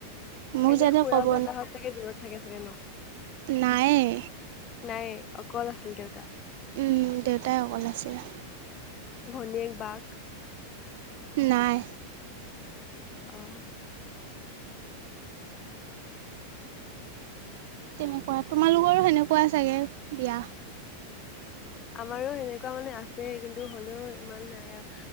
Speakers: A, on the right (about 50°); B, on the left (about 30°).
A: মোক
B: এনে
A: যাতে
B: খুৰা,
A: ক'ব
B: বৰ্তাহত চাগে দূৰত থাকে চাগে ন?
A: নায়েই।
B: নয়েই। অকল আছিল দেউতা?
A: উম। দেউতাই অকল আছিলে।
B: ধনীয়েক বাক?
A: নাই।
B: অ'।
A: তেনেকুৱা তোমালোকৰো সেনেকুৱা চাগে বিয়া
B: আমাৰো এনেকুৱা মানে আছে কিন্তু হ'লেও ইমান নাই অ',